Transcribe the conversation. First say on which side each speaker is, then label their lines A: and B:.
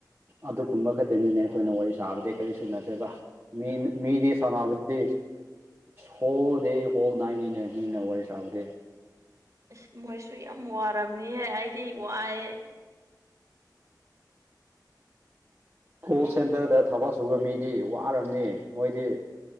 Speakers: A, on the right; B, on the right.
A: ꯑꯗꯨꯒꯨꯝꯕ ꯈꯛꯇꯅꯤꯅꯦ ꯑꯩꯈꯣꯏꯅ ꯋꯥꯔꯤ ꯁꯥꯕꯗꯤꯩ ꯀꯔꯤꯁꯨ ꯅꯠꯇꯦꯕ ꯃꯤ ꯃꯤꯗꯤ ꯁꯥꯟꯅꯕꯗꯤ ꯍꯣꯜ ꯗꯦ ꯍꯣꯜ ꯅꯥꯏꯠꯅꯤꯅꯦ ꯃꯤꯅꯥ ꯋꯥꯔꯤ ꯁꯥꯕꯗꯤ
B: ꯑꯁ ꯃꯣꯏꯁꯨ ꯌꯥꯝ ꯋꯥꯔꯝꯅꯤꯍꯦ ꯑꯩꯗꯤ ꯋꯥꯏꯦ <inaudible>
A: ꯀꯣꯜ ꯁꯦꯟꯇꯔꯗ ꯊꯕꯛ ꯁꯨꯕ ꯃꯤꯗꯤ ꯋꯥꯔꯕꯅꯤ ꯃꯣꯏꯗꯤ